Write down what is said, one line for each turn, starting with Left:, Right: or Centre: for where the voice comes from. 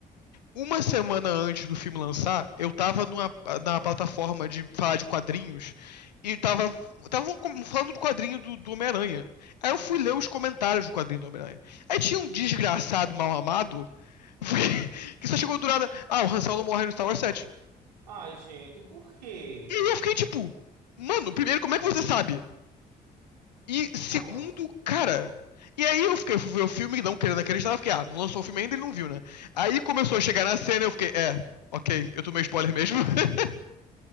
Left: uma semana antes do filme lançar, eu tava numa, na plataforma de falar de quadrinhos e tava, tava falando do quadrinho do, do Homem-Aranha. Aí eu fui
Right: Uhum.
Left: ler os comentários do quadrinho do Homem-Aranha. Aí tinha um desgraçado mal amado <laughs> que só chegou do nada. Ah, o Han Solo morre no Star Wars 7.
Right: Ai, gente, por quê?
Left: E eu fiquei tipo, mano, primeiro, como é que você sabe? E segundo,
Right: Nossa, cara.
Left: cara, e aí eu fiquei, fui ver o filme, não querendo acreditar, eu fiquei, ah, não lançou o filme ainda, ele não viu, né? Aí começou a chegar na cena, e eu fiquei, é, ok, eu tomei spoiler mesmo. <laughs>